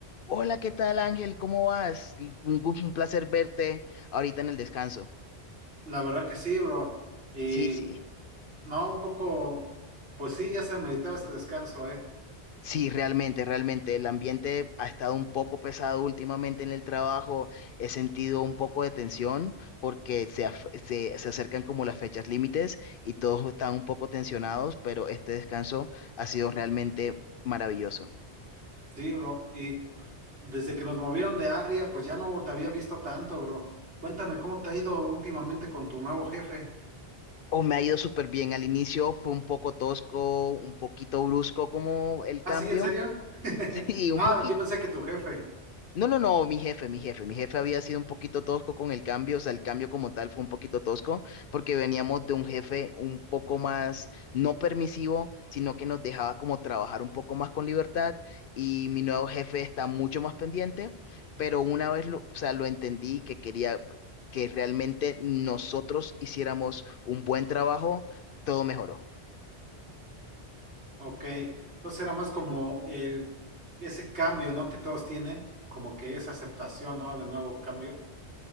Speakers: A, on the left; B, on the right.
A: Hola, ¿qué tal Ángel? ¿Cómo vas? Y Un, gu- un placer verte ahorita en el descanso.
B: La verdad que sí, bro. Y
A: Sí, sí,
B: no, un poco, pues sí, ya se meditaba este descanso, ¿eh?
A: sí, realmente, realmente. El ambiente ha estado un poco pesado últimamente en el trabajo. He sentido un poco de tensión porque se, af- se, se acercan como las fechas límites y todos están un poco tensionados, pero este descanso ha sido realmente maravilloso.
B: Sí, bro. Y desde que nos movieron de área, pues ya no te había visto tanto, bro. Cuéntame, ¿cómo te ha ido últimamente con tu nuevo jefe?
A: O me ha ido súper bien. Al inicio fue un poco tosco, un poquito brusco como el cambio.
B: Ah, sí, ¿en serio?
A: <laughs>
B: <laughs>
A: Sí, un
B: Ah,
A: poquito.
B: yo pensé que tu jefe.
A: No, no, no, mi jefe, mi jefe, mi jefe había sido un poquito tosco con el cambio, o sea, el cambio como tal fue un poquito tosco porque veníamos de un jefe un poco más no permisivo, sino que nos dejaba como trabajar un poco más con libertad y mi nuevo jefe está mucho más pendiente, pero una vez lo, o sea, lo entendí que quería pues, que realmente nosotros hiciéramos un buen trabajo, todo mejoró.
B: Ok. Entonces era más como el, ese cambio, ¿no? Que todos tienen, como que esa aceptación, ¿no? De nuevo cambio.